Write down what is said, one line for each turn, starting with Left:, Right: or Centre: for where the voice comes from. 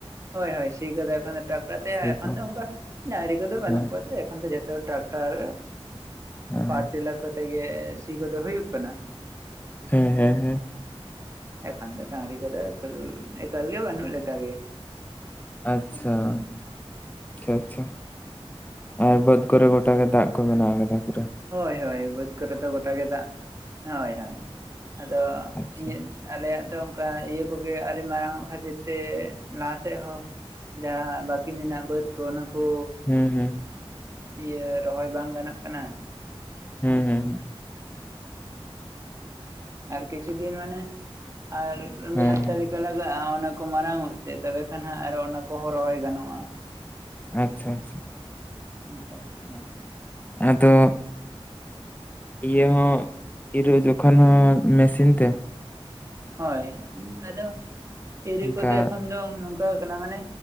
Right: ᱦᱳᱭ ᱦᱳᱭ ᱥᱤ ᱠᱚᱫᱚ ᱮᱠᱷᱚᱱ ᱫᱚ ᱴᱟᱠᱴᱟᱨ ᱛᱮ
Left: ᱥᱤ
Right: ᱮᱠᱷᱚᱱ
Left: ᱠᱚ
Right: ᱫᱚ ᱚᱝᱠᱟ ᱰᱟᱝᱨᱤ ᱠᱚᱫᱚ ᱵᱟᱹᱱᱩᱜ
Left: ᱦᱮᱸ
Right: ᱠᱚᱣᱟ ᱛᱚ ᱠᱷᱟᱱ ᱫᱚ ᱡᱷᱚᱛᱚ ᱴᱨᱟᱠᱴᱟᱨ
Left: ᱦᱮᱸ
Right: ᱯᱟᱣᱟᱨ ᱴᱤᱞᱟᱨ ᱠᱚᱛᱮ ᱜᱮ ᱥᱤ ᱠᱚᱫᱚ ᱦᱩᱭᱩᱜ ᱠᱟᱱᱟ᱾
Left: ᱦᱮᱸ ᱦᱮᱸ ᱦᱮᱸ ᱾
Right: ᱮᱠᱷᱚᱱ ᱫᱚ ᱰᱟᱝᱨᱤ ᱠᱟᱫᱚ ᱮᱠᱟᱞ ᱮᱠᱟᱞ ᱜᱮ ᱵᱟᱹᱱᱩᱜ ᱞᱮᱠᱟ ᱜᱮ ᱾
Left: ᱟᱪᱪᱷᱟ ᱟᱪᱪᱷᱟ ᱟᱪᱪᱷᱟ᱾ ᱟᱨ ᱵᱟ. ᱫ ᱠᱚᱨᱮ ᱜᱚᱴᱟ ᱜᱮ ᱫᱟᱜ ᱠᱚ ᱢᱮᱱᱟᱜ ᱠᱟᱫᱟ ᱯᱩᱨᱟᱹ ᱾
Right: ᱦᱳᱭ ᱦᱳᱭ ᱵᱟᱹᱫᱽ ᱠᱚᱨᱮ ᱫᱚ ᱜᱚᱴᱟ ᱜᱮ ᱫᱟᱜ ᱦᱳᱭ ᱦᱳᱭ ᱟᱫᱚ
Left: ᱟᱪᱪᱷᱟ
Right: ᱤᱧᱟᱹᱜ ᱟᱞᱮᱭᱟᱜ ᱫᱚ ᱚᱝᱠᱟ ᱤᱭᱟᱹ ᱠᱚᱜᱮ ᱟᱹᱣᱨᱤ ᱢᱟᱨᱟᱝᱚᱜ ᱠᱷᱟᱹᱛᱤᱨ ᱛᱮ ᱞᱟᱦᱟᱥᱮᱫ ᱦᱚᱸ ᱡᱟᱦᱟᱸ ᱵᱟᱹᱠᱤ ᱢᱮᱱᱟᱜ ᱵᱟᱹᱫ ᱠᱚ ᱚᱱᱟᱠᱩ
Left: ᱦᱩᱸ ᱦᱩᱸ
Right: ᱤᱭᱟᱹ ᱨᱚᱦᱚᱭ ᱵᱟᱝ ᱜᱟᱱᱚᱜ ᱠᱟᱱᱟ᱾
Left: ᱦᱩᱸ ᱦᱩᱸ ᱦᱩᱸ ᱾
Right: ᱟᱨ ᱠᱤᱪᱷᱩ ᱫᱤᱱ ᱢᱟᱱᱮ ᱟᱨ ᱢᱤᱜ
Left: ᱦᱮᱸ
Right: ᱦᱟᱯᱛᱟ
Left: ᱦᱮᱸ
Right: ᱞᱮᱠᱟ ᱞᱟᱜᱟᱜᱼᱟ ᱚᱱᱟ ᱠᱚ ᱢᱟᱨᱟᱝᱼᱚᱜ ᱛᱮ ᱛᱚᱵᱮ ᱠᱷᱟᱱ ᱦᱟᱸᱜ ᱟᱨᱚ ᱚᱱᱟ ᱠᱚᱦᱚᱸ ᱨᱚᱦᱚᱭ ᱜᱟᱱᱚᱜᱼᱟ᱾
Left: ᱟᱪᱪᱷᱟ ᱟᱪᱪᱷᱟ ᱾
Right: ᱟᱪᱪᱷᱟ ᱟᱪᱪᱷᱟ ᱦᱳᱭ ᱾
Left: ᱟᱫᱚ ᱤᱭᱟᱹ ᱦᱚᱸ ᱤᱨᱚᱜ ᱡᱚᱠᱷᱚᱱ ᱦᱚᱸ ᱢᱮᱥᱤᱱ ᱛᱮ ᱾
Right: ᱦᱳᱭ, ᱟᱫᱚ ᱤᱨᱚᱜ
Left: ᱚᱱᱠᱟ
Right: ᱠᱚᱫᱚ ᱮᱠᱷᱚᱱ ᱫᱚ ᱱᱚᱝᱠᱟ ᱠᱟᱱᱟ ᱢᱟᱱᱮ